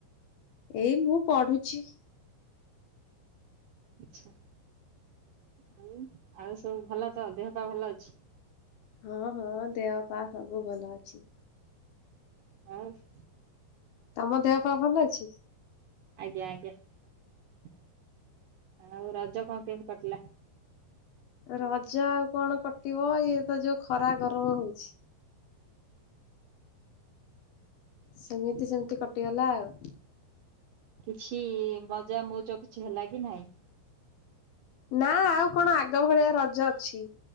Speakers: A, on the left; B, on the right.
A: ଏଇ, ମୁଁ ପଢୁଛି ।
B: ଛି, ଆଉ? ଆଉ ସବୁ ଭଲ ତ? ଦେହ ପା ଭଲ ଅଛି।
A: ହଁ, ହଁ । ଦେହ ପା ସବୁ ଭଲ ଅଛି।
B: ହଁ ।
A: ତମ ଦେହ ପା ଭଲ ଅଛି?
B: ଆଜ୍ଞା, ଆଜ୍ଞା । ଆଉ, ରଜ କଣ କେମିତି କଟିଲା।
A: ରଜ ଆଉ କଣ କଟିବ? ଇଏ ତ ଯୋଉ ଖରା, ଗରମ ହଉଛି। ସେମିତି, ସେମିତି କଟିଗଲା ଆଉ।
B: କିଛି ମଜା ମଉଜ କିଛି ହେଲା କି ନାଇଁ।
A: ନା, ଆଉ କଣ? ଆଗ ଭଳିଆ ରଜ ଅଛି?